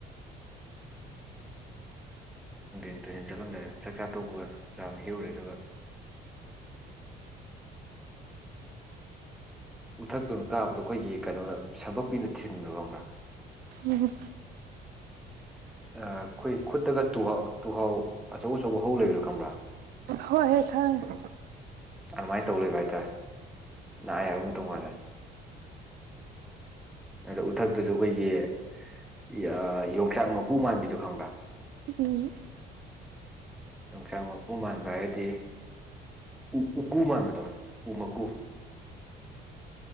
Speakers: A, in the centre; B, on the right (about 65°).
A: ꯅꯨꯡꯗꯤꯟ ꯇꯨꯔꯦꯟ ꯆꯠꯂꯝꯗꯥꯏꯗ ꯆꯥꯛ ꯆꯥ ꯇꯣꯛꯄꯒ ꯖꯥꯝ ꯍꯦꯎꯔꯦ ꯑꯗꯨꯒ, ꯎꯊꯛꯇꯨꯅ ꯀꯥꯞꯄꯗꯣ, ꯑꯩꯈꯣꯏꯒꯤ ꯀꯩꯅꯣꯅ ꯁꯝꯄꯛꯄꯤꯅ ꯊꯤꯟꯕꯗꯣ ꯈꯪꯕ꯭ꯔꯥ?
B: ꯎꯝ
A: ꯑꯥ ꯈꯣꯏ ꯈꯨꯠꯇꯒ ꯇꯨꯍꯥꯎ ꯇꯨꯍꯥꯎ ꯑꯆꯧ ꯑꯆꯧꯕ ꯍꯧ ꯂꯩꯕꯖꯦ ꯈꯪꯕ꯭ꯔꯥ?
B: ꯍꯣꯏ ꯍꯦ ꯈꯪꯉꯦ꯫
A: ꯑꯗꯨꯃꯥꯏꯅ ꯇꯧ ꯂꯩꯕ ꯍꯥꯏꯇꯥꯔꯦ ꯅꯥꯏꯑꯦ ꯍꯥꯏꯕ ꯃꯇꯩ ꯃꯥꯟꯗꯅ꯫ ꯑꯗ ꯎꯊꯛꯇꯨꯁꯨ ꯑꯩꯈꯣꯏꯒꯤ ꯌꯣꯡꯆꯥꯛ ꯃꯀꯨ ꯃꯥꯟꯕꯤꯗꯣ ꯈꯪꯕ꯭ꯔꯥ?
B: ꯎꯝ
A: ꯌꯣꯡꯆꯥꯛ ꯃꯀꯨ ꯃꯥꯟꯕ ꯍꯥꯏꯔꯗꯤ ꯎ ꯎꯀꯨ ꯃꯥꯟꯕꯗꯣ ꯎ ꯃꯀꯨ꯫